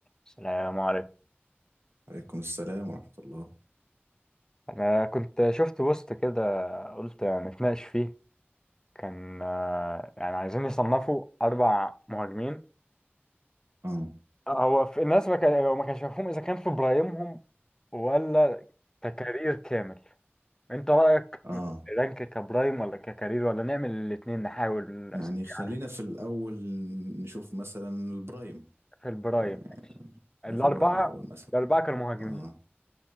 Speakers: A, on the left; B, on the right.
A: السلام عليكم
B: عليكم السلام ورحمة الله
A: انا كنت شفت بوست كده قلت نتناقش فيه كان آه، يعني عايزين يصنفوا اربع مهاجمين
B: اه
A: هو في الناس ما كان هو ما كانش مفهوم اذا كان في برايمهم ولا ككارير كامل انت رايك
B: اه
A: رانك كبرايم ولا ككارير ولا نعمل الاثنين نحاول
B: يعني
A: يعني
B: خلينا في الأول نشوف مثلا البرايم
A: في البرايم
B: يعني
A: ماشي الاربعه
B: خلينا في البرايم الأول مثلا
A: الاربعه كانوا مهاجمين
B: اه